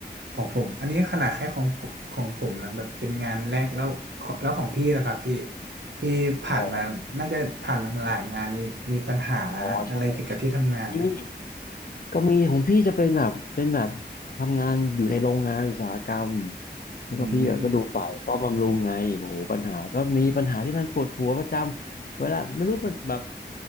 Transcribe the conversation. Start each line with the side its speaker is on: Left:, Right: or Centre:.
Right: ของผมอันนี้ขนาดแค่ของผมของผมนั้นแบบเป็นงานแรกแล้วขอแล้วของพี่นะครับพี่พี่ผ่านมาน่าจะผ่านมาหลายงานมีมีปัญหา
Left: อ๋ออ๋อใช่ใช่อืม
Right: อะไรเกี่ยวกับที่ทำงานไหม
Left: ก็มีของพี่จะเป็นแบบเป็นแบบทำงานอยู่ในโรงงานอุตสาหกรรมแล้วก็พี่อะก็ดูฝ่ายป้อมบำรุงไงโอ้โหปัญหาก็มีปัญหาที่มันปวดหัวประจำเวลาไม่รู้มันแบบ
Right: อืม